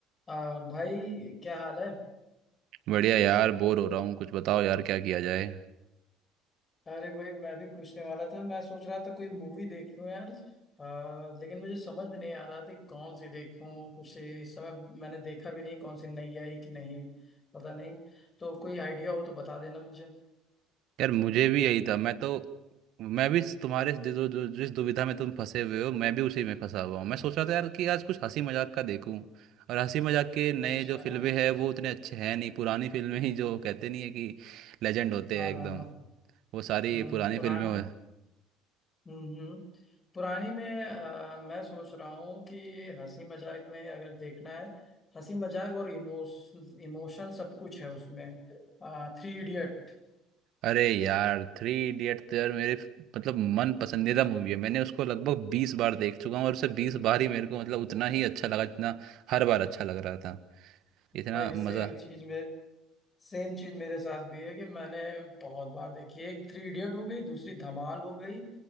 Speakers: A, on the left (about 25°); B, on the right (about 65°).
A: आ, भाई क्या हाल है
B: बढ़िया यार बोर हो रहा हूँ कुछ बताओ यार क्या किया जाए
A: अरे भाई मैं भी पूछने वाला था मैं सोच रहा था कोई मूवी देख लूं यार आ, लेकिन मुझे समझ में नहीं आ रहा था कि कौन सी देखूं कुछ इस समय मैंने देखा भी नहीं कौन सी नई आई कि नहीं पता नहीं तो कोई आइडिया हो तो बता देना मुझे
B: यार मुझे भी यही था मैं तो मैं भी तुम्हारे जिस जो- जो- जिस दुविधा में तुम फंसे हुए हो मैं भी उसी में फंसा हुआ हूँ मैं सोच रहा था यार कि आज कुछ हंसी मजाक का देखूं और हंसी मजाक के नए
A: अच्छा
B: जो फिल्में हैं वो उतने अच्छे हैं नहीं पुरानी फिल्में ही जो कहते नहीं है कि लेजेंड होते
A: हाँ
B: हैं एकदम
A: हाँ हाँ
B: वो सारी
A: हम्म,
B: पुरानी
A: पुरान
B: फिल्में हो
A: हम्म हम्म। पुरानी में अ, मैं सोच रहा हूँ कि हंसी मजाक में अगर देखना है हंसी मजाक और इमोशन इमोशन सब कुछ है उसमें थ्री इडियट
B: अरे यार थ्री इडियट तो यार मेरे मतलब मन पसंदीदा मूवी है मैंने उसको लगभग बीस बार देख चुका हूँ और उसे बीस बार ही मेरे को मतलब उतना ही अच्छा लगा जितना हर बार अच्छा लग रहा था इतना
A: वही सेम
B: मजा
A: चीज में सेम चीज मेरे साथ भी है कि मैंने बहुत बार देखी है। एक थ्री इडियट हो गई दूसरी धमाल हो गई